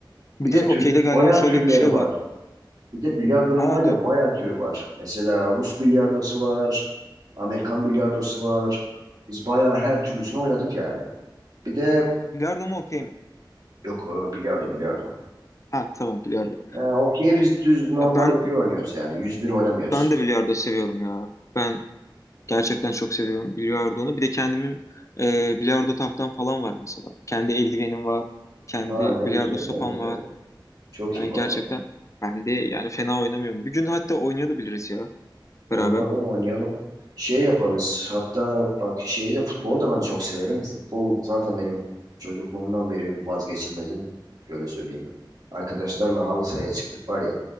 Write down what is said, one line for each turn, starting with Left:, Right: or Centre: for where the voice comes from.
Left: Bir
Right: Bir
Left: de
Right: de
Left: okeyde
Right: tür,
Left: galiba
Right: bayağı
Left: şöyle
Right: türleri
Left: bir şey
Right: var.
Left: var.
Right: Bir de bilardonun
Left: Aa,
Right: var ya
Left: du-
Right: bayağı türü var. Mesela Rus bilardosu var. Amerikan bilardosu var. Biz bayağı her türlüsünü oynadık yani. Bir de
Left: bilardo mu okey mi?
Right: yok e, bilardo bilardo.
Left: Ha tamam bilardo.
Right: Ha, okey biz düz normal
Left: Ya ben
Right: okey oynuyoruz yani. yüz bir oynamıyoruz.
Left: ben de bilardo seviyorum ya. Ben gerçekten çok seviyorum bilardonu. Bir de kendimin e, bilardo tahtam falan var mesela. Kendi eldivenim var. Kendi
Right: Aa ne
Left: bilardo
Right: güzel
Left: sopam
Right: ne güzel.
Left: var.
Right: Çok
Left: Yani
Right: iyi valla.
Left: gerçekten ben de yani fena oynamıyorum. Bir gün hatta oynayabiliriz ya
Right: Oynayalım
Left: beraber.
Right: oynayalım. Şey yaparız. Hatta bak şeyi de futbol da ben çok severim. Futbol zaten benim çocukluğumdan beri vazgeçilmezim. Şöyle söyleyeyim. Arkadaşlarla halı sahaya çıktık var ya.